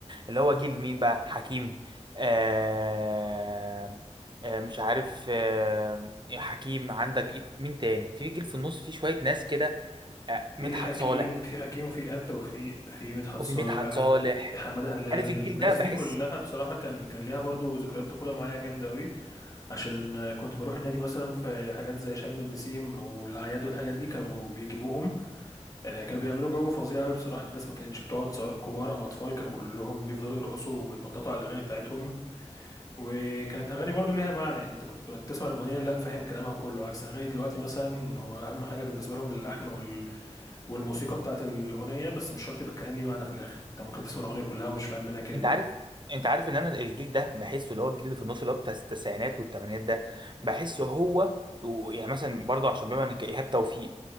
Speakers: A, on the right; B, on the left.
A: اللي هو جيل مين بقى حكيم آه آه مش عارف آه حكيم عندك إيه- مين تاني في جيل في النص في شوية ناس كده آه مدحت
B: في حكيم
A: صالح
B: في حكيم وفي إيهاب توفيق في مدحت
A: وفي
B: صالح
A: مدحت صالح
B: في حمادة هلال
A: عارف
B: الناس
A: الجيل ده بحس
B: دي كلها بصراحة كان كان ليها برضو ذكريات طفولة معايا جامدة قوي عشان كنت بروح النادي مثلا في حاجات زي شم النسيم أو الأعياد والحاجات دي كانوا بيجيبوهم آه، كانوا بيعملوا جو فظيع قوي بصراحة الناس ما كانتش بتقعد سواء كبار أو أطفال كانوا كلهم بيفضلوا يرقصوا وبيتنططوا على الأغاني بتاعتهم وكانت أغاني برضو ليها معنى يعني أنت كنت بتسمع الأغنية لا فاهم كلامها كله عكس أغاني دلوقتي مثلا هو أهم حاجة بالنسبة لهم اللحن وال... والموسيقى بتاعت الأغنية بس مش شرط يبقى الكلام ليه معنى في الآخر أنت ممكن تسمع الأغنية كلها ومش فاهم منها كلمة
A: انت عارف انت عارف ان انا الجيل ده بحسه اللي هو الجيل اللي في النص اللي هو بتاع التسعينات والثمانينات ده بحسه هو و- يعني مثلا برضه عشان بما انك ايهاب توفيق